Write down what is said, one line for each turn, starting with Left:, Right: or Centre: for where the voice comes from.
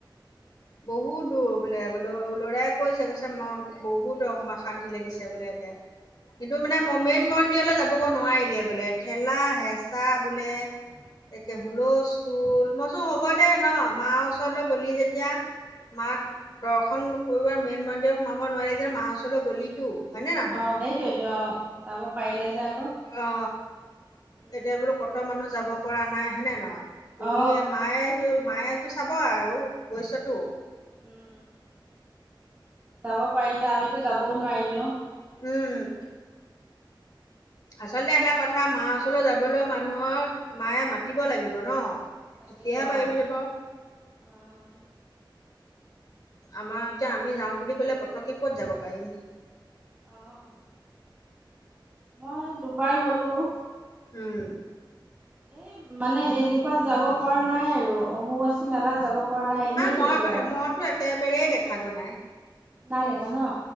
Left: বহুত দূৰ বোলে বোলে লৰাই কৈছে কৈছে ম বহুত অসমৰ শান্তি লাগিছে বোলে লে সেইটো মানে
Right: অ
Left: মই মেইন মন্দিৰলৈ যাবগৈ নোৱাৰিলে বোলে ঠেলা হেঁচা বোলে। তে হুলস্থুল মইচো হ'ব দে ন মাৰ ওচৰলৈ গলি যেতিয়া মাক
Right: অ
Left: দৰ্শন কৰিব মেইন মন্দিৰত সোমাব নোৱাৰি যে মাৰ ওচৰলৈ গ'লিতো হয়নে নহয়?
Right: অ সেইটোৱেটো অ যাব পাৰিলে যে আকৌ
Left: অ
Right: উম
Left: এতিয়া বোলো কত মানুহ যাব পৰা নাই হয়নে নহয়। গলি
Right: অ
Left: মায়েটো মায়েটো চাব আৰু গৈছতো
Right: উম যাব পাৰিলে আমি তো যাব নোৱাৰিলোঁ
Left: উম আঁচলতে এটা কথা মাৰ ওচৰলৈ যাবলৈ মানুহৰ মায়ে মাতিব লাগিব ন
Right: তাকেতো
Left: তেতিয়াহে
Right: অ
Left: পাৰিবি যাব
Right: অ
Left: আমাৰ এতিয়া আমি যাও বুলি ক'লে পতককে ক'ত যাব পাৰিম
Right: অহ মই দুবাৰ গলো
Left: উম
Right: এ মানে এনেকুৱাত যাব পৰা নাই আৰু অম্বুবাচী মেলাত যাব পৰা নাই এনেই গৈছো
Left: মই
Right: আৰু।
Left: মইতো একেবাৰেই দেখাগৈ নাই
Right: নাই দেখা ন।